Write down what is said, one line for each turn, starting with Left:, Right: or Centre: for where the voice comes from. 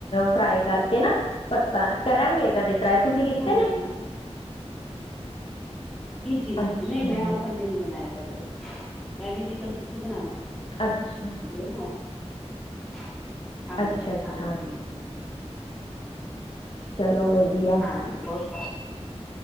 Left: ਫਰਾਈ ਕਰਕੇ ਨਾ ਪੱਤਾ ਕਰਾਂਗੇ ਕਦੇ ਟਰਾਈ ਤੁਸੀਂ ਕੀਤੇ
Centre: ਹਾਂਜੀ
Left: ਨੇ
Centre: ਕੀ ਚੀਜ਼
Left: ਅੱਛਾ
Centre: ਨਹੀਂ ਮੈਂ <unintelligible> ਨੀ ਬਣਾਏ ਕਦੇ ਮੈਂ ਵੀ ਜਿਕਨ ਤੁਸੀਂ ਬਣਾਣਾ
Left: ਅੱਛਾ।
Centre: <unintelligible>
Left: ਅੱਛਾ
Centre: ਹਾਂਜੀ,
Left: ਅੱਛਾ
Centre: ਹਾਂਜੀ।
Left: ਚਲੋ ਵਧੀਆ।
Centre: ਹਾਂਜੀ ਬਹੁਤ